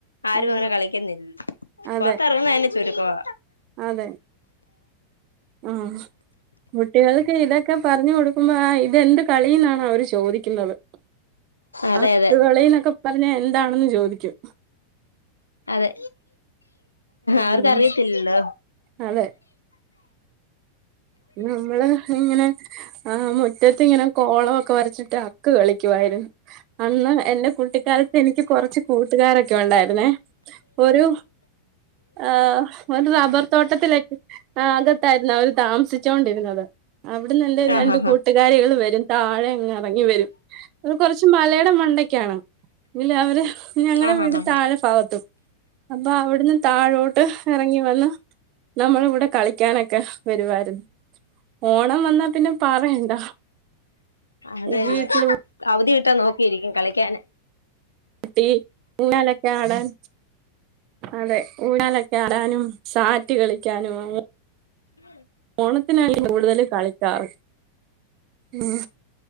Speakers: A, on the left; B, on the right.
A: ആരും
B: ഉം
A: അങ്ങനെ കളിക്കുന്നില്ല
B: അതെ
A: പൊറത്തിറങ്ങുന്നന്നെ ചുരുക്കവാ
B: അതെ ആ കുട്ടികൾക്ക് ഇതൊക്കെ പറഞ്ഞു കൊടുക്കുമ്പോ ആ ഇത് ഇതെന്ത് കളീന്നാണ് അവര് ചോദിക്കുന്നത്
A: അതെ
B: അക്കുകളിന്നൊക്കെ
A: അതെ
B: പറഞ്ഞാ എന്താണെന്ന് ചോദിക്കു <inaudible>
A: അതെ
B: ഉം
A: അവർക്ക് അറിയത്തില്ലല്ലോ
B: അതെ നമ്മള് ഇങ്ങനെ ആഹ് മുറ്റത്ത് ഇങ്ങനെ കോളൊവൊക്കെ ക്കെ വരച്ചിട്ട് അക്ക് കളിക്കുവായിരുന്നു അന്ന് എന്റെ കുട്ടിക്കാലത്ത് എനിക്ക് കുറച്ച് കൂട്ടു കൂട്ടുകാരൊക്കെ ഒണ്ടായിരുന്നേ ഒരു ആഹ് ഒരു റബർ തോട്ടത്തിലക്ക് ആ ആകത്തായിരുന്നു അവര് താമസിച്ച് ച്ചൊണ്ടിരുന്നത് അവിടന്ന് എന്റെ
A: ആഹ്
B: രണ്ട്
A: ആഹ്
B: കൂട്ടുകാരികൾ വരും താഴെ അങ്ങ് ഇറങ്ങി വരും അത് കുറച്ച് മലയുടെ മണ്ടക്കാണ് എങ്കിലും അവര് ഞങ്ങളടെ
A: ആഹ്
B: വീട്
A: ആഹ്
B: താഴെ ഫാഗത്തും അപ്പൊ അവിടുന്ന് താഴോട്ട് ഇറങ്ങി വന്ന് നമ്മള് ഇവിടെ ക ക്കാനൊക്കെ വരുവായിരുന്നു ഓണം വന്നാ പിന്നെ പറയണ്ട
A: അതെന്നെ
B: വീട്ടില്
A: അവധി കിട് ട്ട നോക്കിയിരിക്കും കളിക്കാന്
B: ട്ടി ഊഞ്ഞാലൊക്കെ ആടാൻ അതെ ഊഞ്ഞാലൊക്കെ ആടാനും സാറ്റ് കളിയ്ക്കാനും അ
A: ഇന്നലെ
B: ഓണത്തിനല്ലെ കൂടുതല് കളിയ്ക്കാറ് ഉം